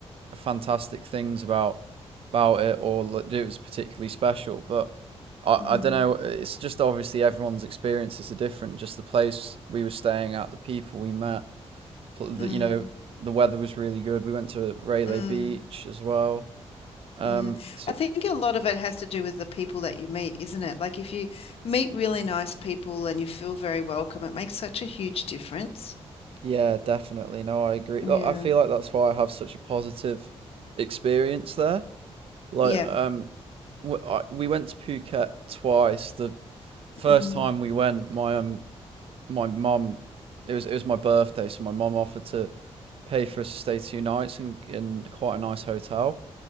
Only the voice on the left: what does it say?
Mm,
mm,
mm,
mm.
I think a lot of it has to do with the people that you meet, isn't it? Like if you meet really nice people and you feel very welcome, it makes such a huge difference.
Yeah.
Yeah.
Mm.